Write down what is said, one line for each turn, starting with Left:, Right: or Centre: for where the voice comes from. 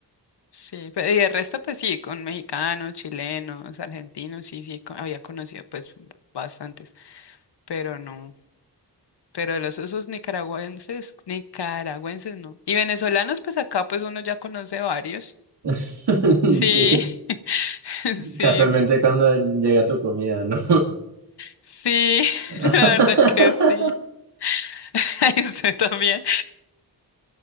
Left: Sí, pe- y el resto, pues sí, con mexicanos, chilenos, argentinos, sí, sí, co- había conocido, pues, bastantes, pero no. Pero los esos nicaragüenses, nicaragüenses no. Y venezolanos, pues acá, pues uno ya conoce varios.
Right: <laughs>
Left: Sí,
Right: Sí,
Left: <laughs> sí,
Right: casualmente cuando llega tu comida, ¿no?
Left: sí,
Right: <laughs>
Left: <laughs> la verdad que sí. <laughs> Ahí estoy también,